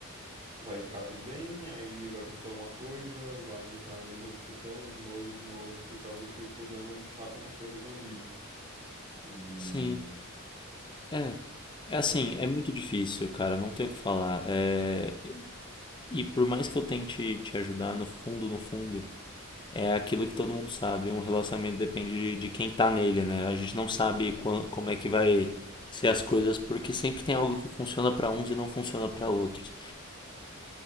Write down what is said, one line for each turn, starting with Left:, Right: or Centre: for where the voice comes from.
Right: vai ficar tudo bem, aí vai acontecer alguma coisa, vai entrar na mesma discussão de novo e de novo, por causa que o problema de fato não foi resolvido. E
Left: Sim. É. É
Right: é,
Left: assim, é muito difícil, cara, não tem o que falar. É, E por mais que eu tente te ajudar, no fundo, no fundo, é aquilo que todo mundo sabe. Um relacionamento depende de, de quem tá nele, né? A gente não sabe
Right: sim,
Left: quan- como é que vai ser as coisas, porque sempre tem algo que funciona pra uns e não funciona pra outros.